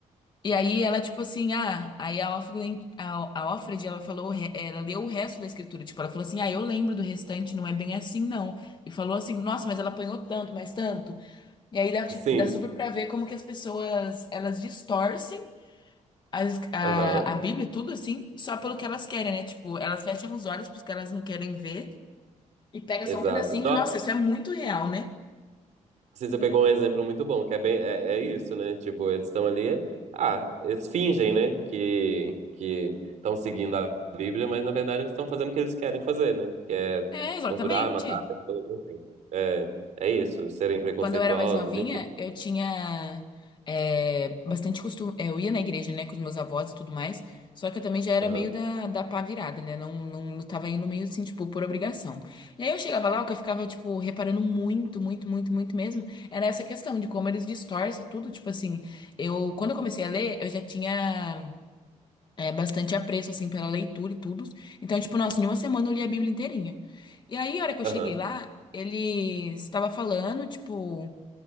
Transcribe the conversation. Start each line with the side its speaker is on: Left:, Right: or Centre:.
Left: E aí ela, tipo assim, ah, aí a Offred, a, a Offred, ela falou, o re- ela leu o resto da escritura, tipo, ela falou assim, ah, eu lembro do restante, não é bem assim, não. E falou assim, nossa, mas ela apanhou tanto, mas tanto. E aí dá, tipo,
Right: Sim.
Left: dá super pra ver como que as pessoas, elas distorcem as- a,
Right: Aham.
Left: a Bíblia e tudo assim, só pelo que elas querem, né? Tipo, elas fecham os olhos porque elas não querem ver e pega
Right: Exato.
Left: só um pedacinho. E, nossa, isso é muito real, né?
Right: Assim, você pegou um exemplo muito bom, que é bem, é, é isso, né? Tipo, eles estão ali, ah, eles fingem, né, que que estão seguindo a Bíblia, mas na verdade eles estão fazendo o que eles querem fazer, né? Que é
Left: É, exatamente.
Right: torturar, matar, pessoas, enfim. É, é isso, serem preconceituosos,
Left: Quando eu era mais novinha,
Right: enfim.
Left: eu tinha é, bastante costume. Eu ia na igreja, né, com os meus avós e tudo mais. Só que eu também já era
Right: Aham,
Left: meio da, da pá virada, né? Não, não, não tava indo meio assim, tipo, por obrigação. E aí eu chegava lá, o que eu ficava, tipo, reparando muito, muito, muito, muito mesmo, era essa questão de como eles distorcem tudo. Tipo assim, eu, quando eu comecei a ler, eu já tinha é, bastante apreço, assim, pela leitura e tudo. Então, tipo, nossa, em uma semana eu li a Bíblia inteirinha. E aí, a hora que eu
Right: aham,
Left: cheguei lá, ele estava falando, tipo